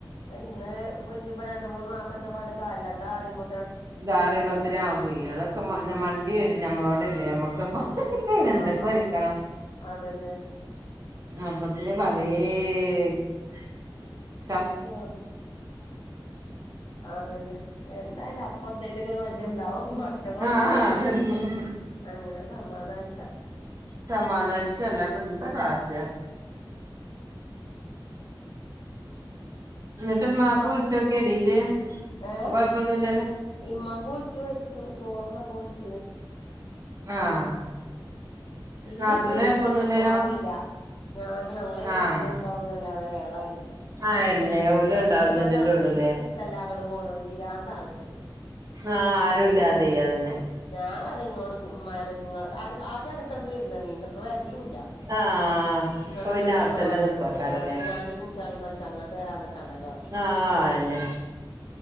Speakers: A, on the left (about 75°); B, on the right (about 40°).
A: ഇന്ന് ഇനിയിപ്പോ രണ്ട മൂന്ന് മാസം ഉണ്ട് പണ്ട് കല്ല <unintelligible> താ അറിയുമ്പോ
B: ദാറയമ്പല <unintelligible> ത്തിന ആവുക അതൊക്കെ
A: ഉം
B: വണ്ടി വരും ഞമ്മളോടല്ലേ നമ്മക്കപ്പ എന്തൊക്കെ
A: ആഹ്
B: ഒരുക്കണം
A: അതന്നെ
B: അപ്പൊ- അതേ <unintelligible>
A: ആ അതന്നെ എന്തായാലും അപ്പ- അതലൊക്കെ ഒരു വജ്ജ ഉണ്ടാവും പഠച്ച കു
B: ആഹ് അതന്നെ
A: അങ്ങനെ സമാധാനിച്ചാ <unintelligible>
B: സമാധാനിച്ച അല്ല ഇപ്പ എന്താ കാറ്റ് എന്നിട്ട്
A: ഉം
B: ഉമ്മാക്ക്
A: താവി
B: വിളിച്ചോക്കിയടി
A: <unintelligible>
B: ഇജ്ജ്
A: ഏഹ
B: ഇപ്പൊ കൊഴപ്പൊന്നുല്ലല്ലോ
A: ഇമ്മക്ക് വിളിച്ചു വെച്ചു ചോറ് തിന്നപ്പോ വിളിച്ചീനെ
B: ആഹ്
A: ഇമ്മയും
B: നാത്തൂന്
A: ഉപ്പയും ഒറ്റക്കെയുള്ളൂ
B: കൊഴപ്പൊന്നുല്ലല്ലോ
A: ഇപ്പൊ ആരുമില്ല ഞാന് ഞങ്ങെല്ലുമ്പോ
B: ആഹ്
A: ഞങ്ങള ഇണ്ടാവുന്നല്ലാതെ വേറെ ആരുല്ല.
B: അയെന്നെ ഓല് രണ്ടാളും
A: അയിന്നല്ലെ ഞാൻ
B: തന്നെല്ലേ
A: പറ്ഞ്ഞെ
B: ഉള്ളൂല്ലേ
A: എനിക്കിഷ്ടല്ല അങ്ങട് പോണത് പി രാന്താണിച്ച്
B: ആഹ് ആരു ഇല്ലാതെ അതെന്നെ
A: ഞാൻ ഇങ്ങോട് മടങ്ങൾ അത് ആദ്യം എടക്ക് എടയ്ക്ക് വിര്ന്ന് വന്നീനിട്ടൊ ഇപ്പം വര്ലൂല
B: ആഹ്
A: ഇങ്ങള്
B: അപ്പൊ
A: ഇങ്ങോട്ട്
B: പിന്നെ അവിടെത്തന്നെ
A: വന്നാ മതി.
B: നിക്കുവാക്കാരല്ലേ
A: എടക്കെടക്ക് വെറ്തെ ഞാനീ കുട്ട്യേളിം വൽച്ച് അങ്ങോട്ട് വരാൻ നിക്കണ്ടല്ലോ റിം
B: ആഹ് അഹന്നെ